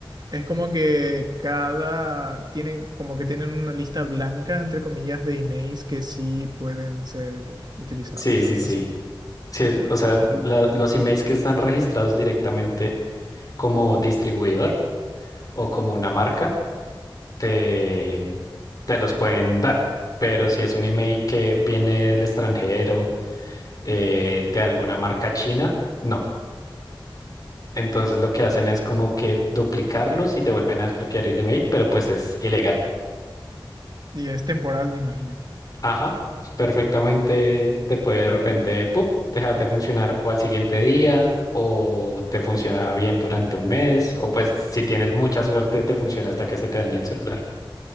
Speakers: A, on the right (about 55°); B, on the left (about 45°).
A: Es como que cada tienen, como que tienen una lista blanca, entre comillas, de emails que sí pueden ser utilizados,
B: Sí, sí,
A: algo
B: sí.
A: así.
B: Sí, o sea, la- los emails que están registrados directamente como distribuidor o como una marca, te, te los pueden dar. Pero si es un email que viene del extranjero eh, de alguna marca china, no. Entonces lo que hacen es como que duplicarlos y te vuelven a desbloquear el email, pero pues es ilegal.
A: Y es temporal, me imagino.
B: Ajá, perfectamente te puede de repente ¡pup! dejar de funcionar o al siguiente día o te funciona bien durante un mes o pues si tienes mucha suerte te funciona hasta que se te dañe el celular.